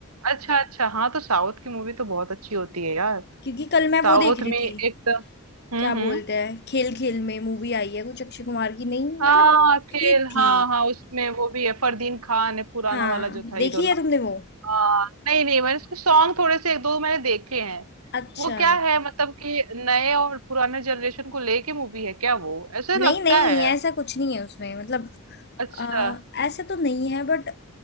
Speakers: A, on the right; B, on the left.
A: अच्छा अच्छा हाँ तो साउथ की मूवी तो बहुत अच्छी होती है यार
B: क्योंकि कल मैं
A: साउथ
B: वो देख रही
A: में एक
B: थी
A: तो हम्म
B: क्या
A: हम्म
B: बोलते हैं खेल खेल में मूवी आई है कुछ अक्षय कुमार की नहीं
A: हाँ
B: मतलब
A: खेल
B: ठीक थी
A: हाँ हाँ उसमें वो भी है फरदीन खान है पुराना
B: हाँ
A: वाला जो था
B: देखी
A: हीरो ना
B: है तुमने वो
A: हाँ नहीं नहीं मैंने उसके सॉन्ग थोड़े से एक दो मैंने देखे हैं
B: अच्छा
A: वो क्या है मतलब कि नए और पुराने जनरेशन को लेके मूवी है क्या वो ऐसे
B: नहीं
A: लगता
B: नहीं
A: है
B: ऐसा कुछ नहीं है उसमें मतलब
A: अच्छा
B: आ, ऐसा तो नहीं है बट